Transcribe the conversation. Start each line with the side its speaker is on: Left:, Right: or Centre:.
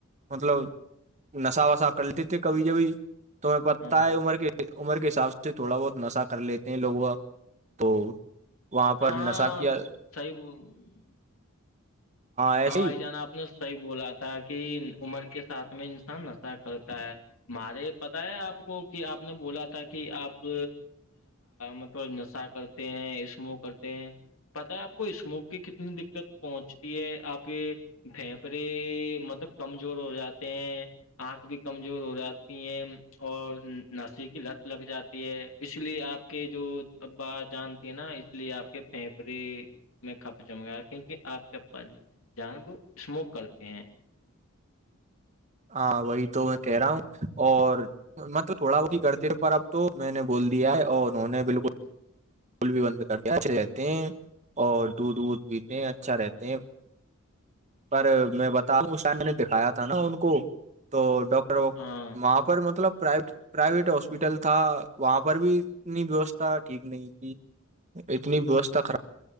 Right: مطلب نشا وسا کرتے تھے کبھی جبھی تو پتا
Left: ہاں
Right: ہے عمر کے عمر کے حساب سے تھوڑا بہت نشہ کر لیتے ہیں لوگ وہ تو وہاں پر
Left: ہاں
Right: نشہ کیا
Left: صحیح
Right: ایسے
Left: ہاں بھائی
Right: ہی
Left: جان آپ نے صحیح بولا تھا کہ عمر کے ساتھ میں انسان نشہ کرتا ہے ہمارے پتا ہے آپ کو کہ آپ نے بولا تھا کہ آپ مطلب نشہ کرتے ہیں عشمو کرتے ہیں پتا ہے آپ کو اسموک کی کتنی دقت پہنچتی ہے آپ کے پھیپڑے مطلب کمزور ہو جاتے ہیں آنکھ بھی کمزور ہو جاتی ہیں اور نشے کی لت لگ جاتی ہے اس لیے آپ کے جو ابا جان تھے نا اس لیے آپ کے پھیپڑے میں کھپ چمگایا کیونکہ آپ کے جان وہ اسموک کرتے ہیں
Right: ہاں وہی تو میں کہہ رہا ہوں اور میں تو تھوڑا بہت ہی کرتے پر اب تو میں نے بول دیا ہے اور انہوں نے بالکل پل بھی بند کرتے اچھے رہتے ہیں اور دودھ وودھ پیتے ہیں اچھا رہتے ہیں پر میں بتا رہوں اس ٹائم میں نے دکھایا تھا نا ان کو تو ڈاکٹر وہاں
Left: ہاں
Right: پر مطلب پرائیویٹ پرائیویٹ ہاسپٹل تھا وہاں پر بھی اتنی ویوستھا ٹھیک نہیں تھی اتنی ویوستھا خراب